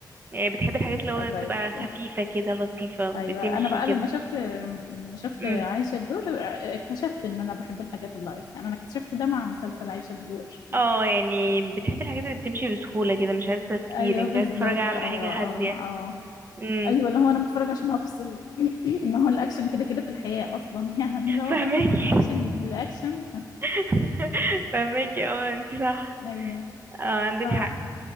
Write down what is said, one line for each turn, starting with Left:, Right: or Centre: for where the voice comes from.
Right: يعني بتحبي الحاجات اللي هو
Left: بقت
Right: تبقى خفيفة كده لطيفة بتمشي
Left: ايوه انا بقى
Right: كده
Left: لما شفت لما شفت
Right: امم
Left: عايشه الدور اكتشفت ان انا بحب الحاجات اللايت يعني انا اكتشفت ده مع مسلسل عايشه الدور <laughs>
Right: اه يعني بتحبي الحاجات اللي بتمشي بسهولة كده مش عايزة تفكير
Left: ايوه
Right: انتي
Left: بالظبط
Right: عايزة تتفرجي على
Left: اه اه
Right: حاجة هادية
Left: اه
Right: امم
Left: ايوه اللي هو انا بتفرج عشان افصل <clears throat> ما هو الاكشن كده كده في الحياه اصلا <laughs> يعني لو
Right: فاهمك
Left: بهرب من الاكشن للاكشن
Right: <laughs> فهماكي اه انت صح
Left: ايوه
Right: اه عندك
Left: ف
Right: حق